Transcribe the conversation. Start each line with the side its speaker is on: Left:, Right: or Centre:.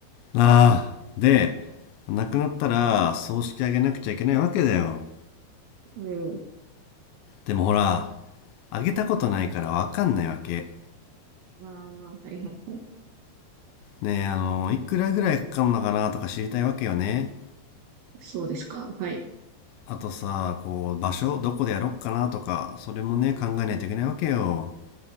Left: なあ。で、亡くなったら、葬式あげなくちゃいけないわけだよ。
Right: うん。
Left: でもほら、あげたことないからわかんないわけ。
Right: ああ、はいはいはい。
Left: ねえ、あの、いくらぐらいかかるのかなとか知りたいわけよね。
Right: そうですか。はい。
Left: あとさ、こう、場所、どこでやろっかなとか、それもね、考えないといけないわけよ。